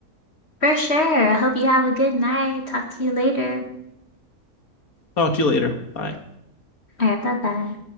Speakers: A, on the left (about 50°); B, on the left (about 80°).
A: For sure. I hope you have a good night. Talk to you later.
B: Talk to you later. Bye.
A: All right, bye bye.